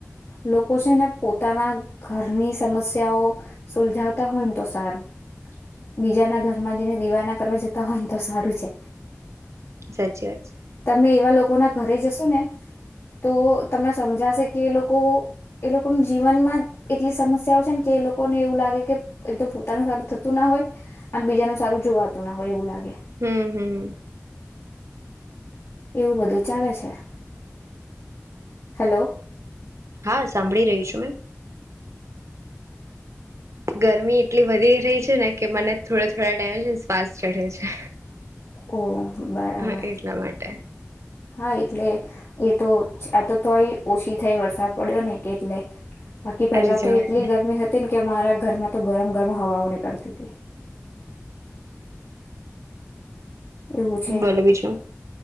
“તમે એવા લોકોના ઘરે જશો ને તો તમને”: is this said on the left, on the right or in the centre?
Left